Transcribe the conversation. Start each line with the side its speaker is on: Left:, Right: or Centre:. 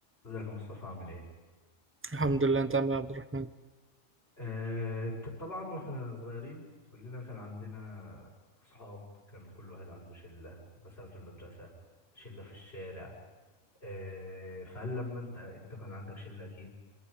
Left: ازيك يا مصطفى عامل ايه؟
Right: الحمد لله انت عامل ايه يا عبد الرحمن
Left: آه د- طبعا واحنا صغيرين كلنا كان عندنا اصحاب كان كل واحد عنده شلة مثلا في المدرسة شلة في الشارع آه فهل لما انت انت كان عندك شلة اكيد